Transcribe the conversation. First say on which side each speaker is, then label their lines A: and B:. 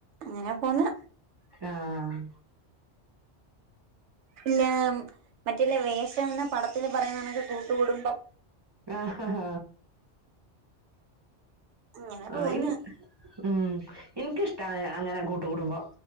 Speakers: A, on the right (about 80°); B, on the right (about 35°).
A: അങ്ങനെ പോന്ന്
B: ആഹ്
A: പിന്ന മറ്റേല്ല വേഷം എന്ന പടത്തില് പറയുന്ന നണക്ക് കൂട്ടുകൂടുംബം
B: ആഹ് ആഹ്
A: അങ്ങനെ
B: ആഹ്
A: പോന്ന്
B: ഇ ഉം എനിക്കിഷ്ടാണ് അങ്ങനെ കൂട്ടു കൂടുംബം